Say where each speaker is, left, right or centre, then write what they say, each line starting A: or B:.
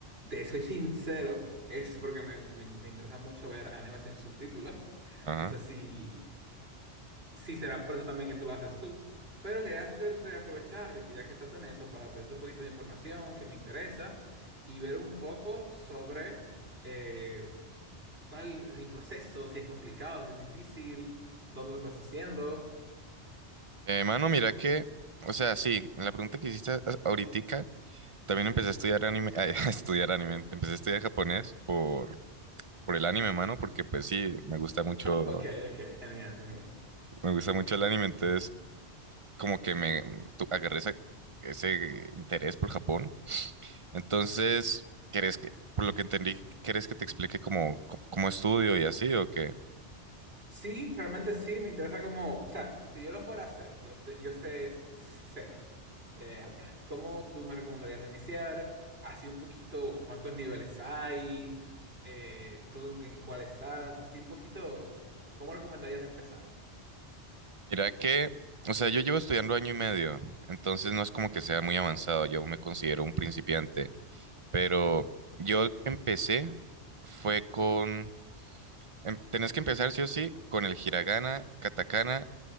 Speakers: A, on the right; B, on the right.
A: te soy sincero, es porque me, me- me interesa mucho ver animes sin subtítulos. <laughs>
B: Ajá.
A: No sé si, si será por eso también que tú lo haces tú, pero quería hacerte aprovechar que ya que estás en eso para pedirte un poquito de información que me interesa y ver un poco sobre... eh, ¿Cuál es el proceso? Si es complicado, si es difícil, dónde lo estás haciendo.
B: Eh, mano, mira que, o sea, sí, en la pregunta que hiciste ahorita, también empecé a estudiar anime, <laughs> a estudiar anime, empecé a estudiar japonés por, por el anime, mano, porque pues sí, me gusta mucho,
A: Ok, ok, <laughs> genial, genial.
B: me gusta mucho el anime, entonces como que me tu- agarré esa- ese interés por Japón. Entonces, ¿querés que, por lo que entendí, querés que te explique cómo, cómo cómo estudio y así o qué?
A: Sí, realmente sí, me interesa como, o sea, si yo lo fuera a hacer, yo, te- yo sé cero eh, japonés. ¿Cómo tú me recomendarías iniciar? Así un poquito, ¿cuántos niveles hay? Eh, ¿tú en, en cuál estás? Así un poquito, ¿cómo recomendarías empezar?
B: Mira que, o sea, yo llevo estudiando año y medio, entonces no es como que sea muy avanzado, yo me considero un principiante, pero yo empecé, fue con, em- tenés que empezar sí o sí con el hiragana, katakana,